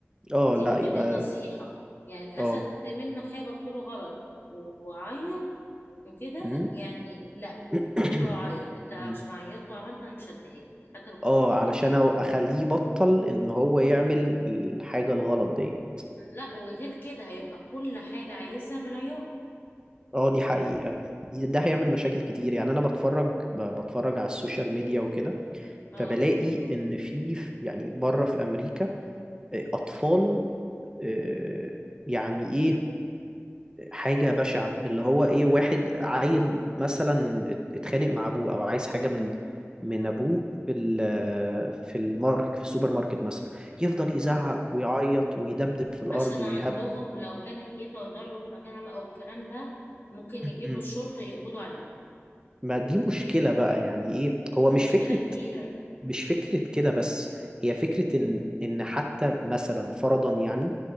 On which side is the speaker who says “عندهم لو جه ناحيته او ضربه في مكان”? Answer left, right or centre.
Left